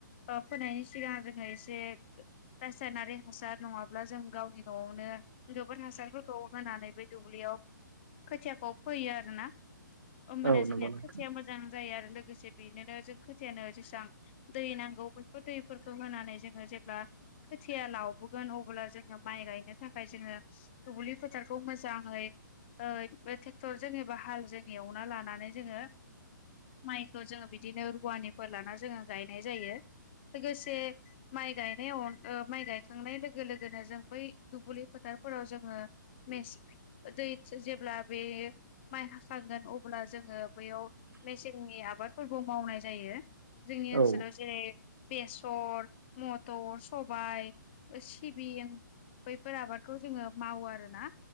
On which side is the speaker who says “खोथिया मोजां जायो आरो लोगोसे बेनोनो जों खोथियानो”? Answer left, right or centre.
Left